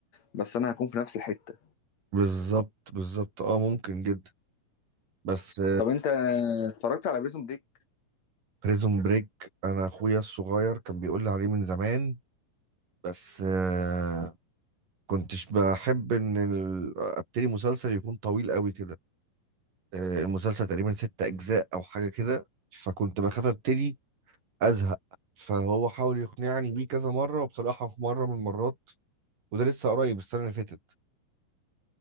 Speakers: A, on the left (about 55°); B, on the right (about 80°).
A: بس انا هكون في نفس الحته
B: بالظبط بالظبط اه ممكن جدا بس
A: طب انت اتفرجت على بريزون بريك
B: بريزون بريك أنا أخويا الصغير كان بيقول لي عليه من زمان بس آه، كنتش بحب إن ال- أبتدي مسلسل يكون طويل قوي كده آه، المسلسل تقريبا ست أجزاء أو حاجة كده فكنت بخاف أبتدي أزهق فهو حاول يقنعني بيه كذا مرة وبصراحة في مرة من المرات وده لسه قريب السنة اللي فاتت